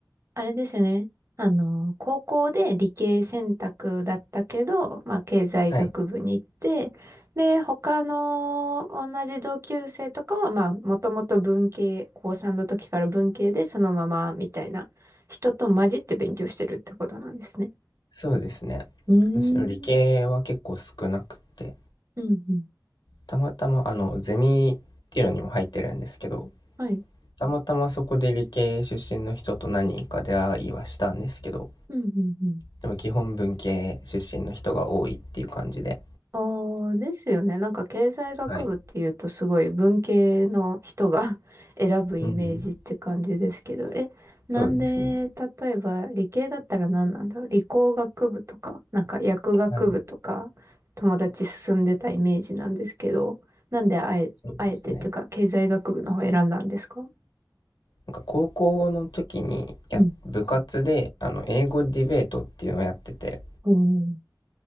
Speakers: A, on the right (about 40°); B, on the left (about 80°).
A: あれですよね。あの、高校で理系選択だったけど、まあ経済学部に行って、
B: はい、
A: で、他の同じ同級生とかは、まあもともと文系、高3の時から文系でそのままみたいな人と混じって勉強してるってことなんですね。
B: そうですね。
A: うーん。
B: むしろ理系は結構少なくて、
A: うんうん。
B: たまたまあのゼミっていうのにも入ってるんですけど、
A: はい。
B: たまたまそこで理系出身の人と何人か出会いはしたんですけど、
A: うんうんうん
B: でも基本文系出身の人が多いっていう感じで。
A: ああ、ですよね。なんか経済学部っていうとすごい文系の人が
B: はい。
A: <laughs> 選ぶイメージって感じですけど、
B: うん。
A: え、なんで、
B: そうですね。
A: 例えば理系だったら何なんだろう。理工学部とか、なんか薬学部とか、
B: はい。
A: 友達進んでたイメージなんですけど、なんであえ、
B: そうですね。
A: あえてっていうか経済学部の方選んだんですか
B: なんか高校の時にや、
A: うん。
B: 部活で、あの、英語ディベートっていうのをやってて、
A: おー